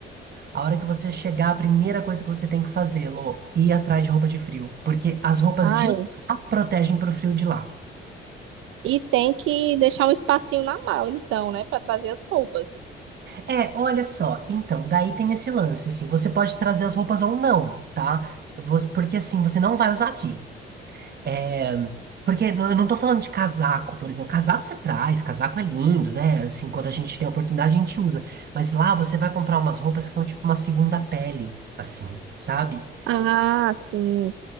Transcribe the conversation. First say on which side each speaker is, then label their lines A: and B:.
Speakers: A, on the right; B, on the right.
A: A hora que você chegar, a primeira coisa que você tem que fazer, Lô, ir atrás de roupa de frio, porque as roupas
B: Ai,
A: de lá protegem pro frio de lá.
B: e tem que deixar um espacinho na mala, então, né, Para trazer as roupas.
A: É, olha só. Então, daí tem esse lance, assim, você pode trazer as roupas ou não, tá? Você- Porque assim, você não vai usar aqui. É, porque eu não tô falando de casaco, por exemplo. Casaco você traz, casaco é lindo, né? Assim, quando a gente tem a oportunidade, a gente usa. Mas lá você vai comprar umas roupas que são tipo uma segunda pele, assim, sabe?
B: Ah, sim.